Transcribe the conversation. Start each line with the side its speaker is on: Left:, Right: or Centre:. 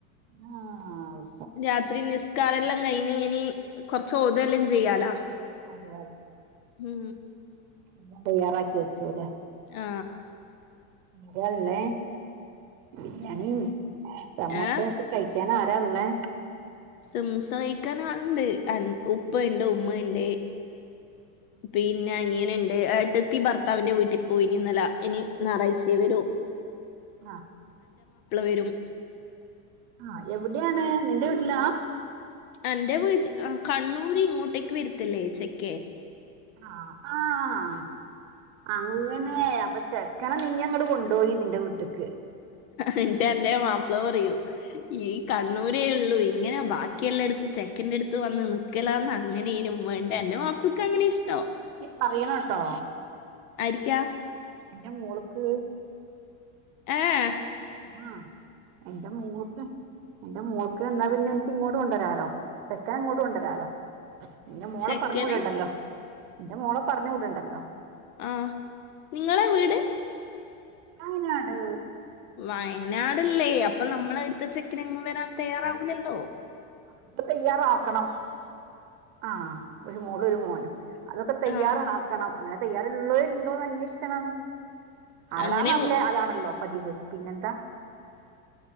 Right: ആ അ
Left: രാത്രി നിസ്കാര എല്ലാം കഴഞ്ഞ ഇനി കൊറച്ച് ഓതല്ലും ചെയ്യാലാ
Right: അതെ
Left: ഉ
Right: എല്ല തയ്യാറാക്കി വെച്ചുല്ലെ
Left: ആ
Right: അരല്ലേ ബിരിയാണിയും സമോസ
Left: ഏഹ്
Right: ഒക്കെ കഴിക്ക ിക്കാന ആരല്ലേ
Left: സമൂസ കഴിക്കൻ ആളണ്ട് ഉപ്പ ഉണ്ട് ഉമ്മ ഉണ്ട് പിന്നെ അനിയന ഉണ്ട് ഏട്ട്ത്തി ഭർത്താവിന്റെ വീട്ടിൽ പോയിനി ഇന്നല ഇനി ഞായറാഴ്ച ഒരു
Right: ആ
Left: വരും
Right: ആ എവിടെയാണ് എടല
Left: അന്റെ വീട്ട കണ്ണൂര് ഇങ്ങോട്ടേക്ക് വരത്തില്ലേ ചേക്കേ
Right: ആഹ് ആഹ് അങ്ങനെ അപ്പൊ ചെക്കന നീ അങ്ങട് കൊണ്ടോയി നിന്റെ വീട്ട്ക്ക്
Left: എന്നിട്ട എന്റെ മാപ്പിള പറയൂ ഈ കണ്ണൂരേ ഉള്ളു ഇങ്ങനെ ബാക്കിയെല്ലാം എടുത്ത് ചെക്കൻ ടുത്ത് വന്ന് നിക്കലാന്ന് അങ്ങനെനും വേണ്ട എൻ്റെ മാപ്പിൾക്ക് അങ്ങനെ നും ഇഷ്ടം
Right: പറയണട്ടോ
Left: ആരിക്കാ
Right: എന്റെ മോള്ക്ക്
Left: ഏ എ
Right: ആഹ് എൻ്റെ മൂൾക്ക് എന്റെ മോക്ക് എന്നാ പിന്നെ എനിക്ക് ഇങ്ങോട്ട് കൊണ്ടരാലോ ചെക്കന ഇങ്ങട്ട് കൊണ്ടരാലോ ഇന്റെ മോളെ
Left: ചെക്കനെ
Right: പറഞ്ഞു വിടണ്ടല്ലോ ഇന്റെ മോളെ പറഞ്ഞു വിടണ്ടല്ലോ
Left: ആ നിങ്ങളെ വീട്
Right: വയനാട്
Left: വയനാടല്ലേ അപ്പൊ നമ്മൾ അടുത്ത ചക്കനങ്ങ് വരാൻ തയ്യാറാവൂല്ലല്ലോ
Right: അപ്പ തയ്യാറാക്കണം ആഹ് ഒരു മോളും ഒരു മോനും അതൊക്കെ തയ്യാറാക്കണം
Left: ആ
Right: അങ്ങനെ തയ്യാറുള്ളവരുണ്ടോന്ന് അന്വേഷിക്കണം അവിടാ
Left: അങ്ങനെ
Right: നാട്ട്ല്
Left: ഒ-
Right: അതാണല്ലോ പതിവ് പിന്നെന്താ